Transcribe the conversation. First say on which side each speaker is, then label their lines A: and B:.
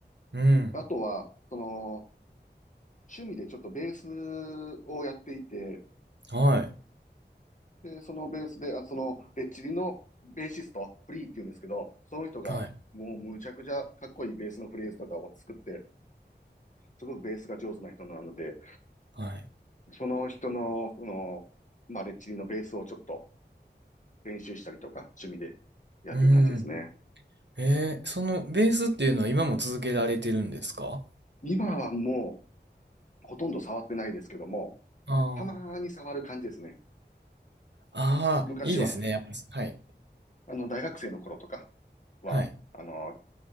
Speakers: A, on the right (about 75°); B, on the left (about 45°).
A: うん。
B: あとは、その、趣味でちょっとベースをやっていて、
A: はい。
B: で、そのベースで、あ、その、レッチリのベーシスト、フリーっていうんですけど、その人が、
A: はい。
B: もうむちゃくちゃかっこいいベースのフレーズとかを作って、すごくベースが上手な人なので、
A: はい。
B: その人の、その、まあ、レッチリのベースをちょっと練習したりとか、趣味でやってる感じですね。
A: うん。えー、そのベースっていうのは今も続けられてるんですか
B: 今はもう、ほとんど触ってないですけども、
A: ああー。
B: たまーに触る感じですね。
A: ああ、
B: 昔は、
A: いいですね。やっぱ、はい。
B: あの、大学生の頃とかは、
A: はい。
B: あの、